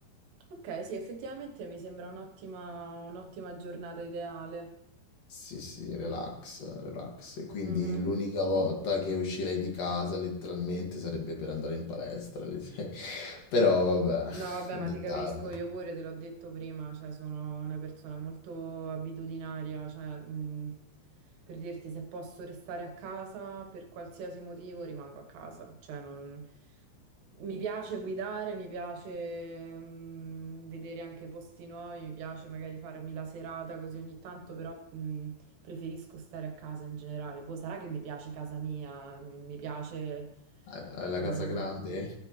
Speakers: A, on the right; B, on the left.
A: Ok, sì, effettivamente mi sembra un'ottima un'ottima giornata ideale.
B: Sì, sì, relax, relax. E quindi
A: Mhm.
B: l'unica volta che uscirei di casa letteralmente sarebbe per andare in palestra. le- <laughs> Però vabbè,
A: No, vabbè, ma
B: <laughs> i dettagli.
A: ti capisco, io pure te l'ho detto prima, cioè sono una persona molto abitudinaria, cioè mh, per dirti se posso restare a casa per qualsiasi motivo rimango a casa, cioè non... mi piace guidare, mi piace mh, vedere anche posti nuovi, mi piace magari farmi la serata così ogni tanto, però mh, preferisco stare a casa in generale. Boh, sarà che mi piace casa mia, mi, mi piace...
B: Hai
A: eh,
B: hai la casa grande?